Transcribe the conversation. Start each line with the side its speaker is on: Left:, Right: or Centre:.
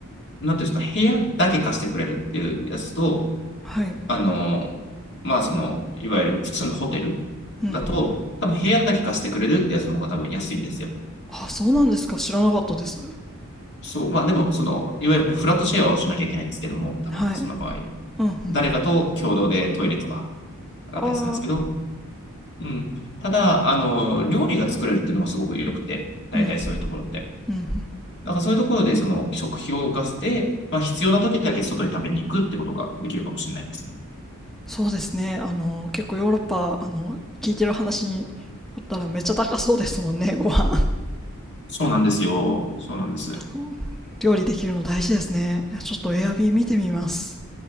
Left: なんていうんですか、部屋だけ貸してくれるっていうやつと、
Centre: はい。
Left: あの、まあその、いわゆる普通のホテル
Centre: うん。
Left: だと、多分部屋だけ貸してくれるってやつの方が多分安いんですよ。
Centre: あ、そうなんですか。知らなかったです。
Left: そう、まあでも、その、いわゆるフラットシェアをしなきゃいけないんですけども、多分その場合。
Centre: はい。うんうん。
Left: 誰かと共同でトイレとかだったりするんですけど、
Centre: ああ、
Left: うん。ただ、あの、料理が作れるっていうのがすごく良くて、大体そういうところって。
Centre: うん、うんうん。
Left: だからそういうところで、その食費を浮かせて、まあ、必要な時だけ外に食べに行くってことができるかもしれないですね。
Centre: そうですね。あの、結構ヨーロッパ、あの、聞いてる話によったらめっちゃ高そうですもんね、<laughs> ご飯。
Left: そうなんですよ。そうなんです。
Centre: そう料理できるの大事ですね。ちょっとエアビー見てみます。